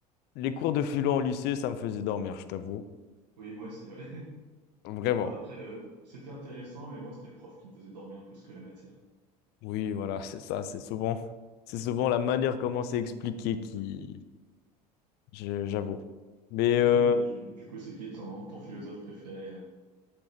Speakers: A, on the left (about 50°); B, on the right (about 75°).
A: les cours de philo au lycée, ça me faisait dormir, je t'avoue.
B: Oui, moi aussi, ouais. <laughs>
A: Vraiment.
B: Enfin, après, euh, c'était intéressant, mais moi, c'était le prof qui me faisait dormir plus que la matière.
A: Oui, voilà, <laughs> c'est ça, c'est souvent, c'est souvent la manière comment c'est expliqué qui, je- j'avoue. Mais
B: Ok,
A: euh,
B: puis du, du coup, c'est qui ton, ton philosophe préféré?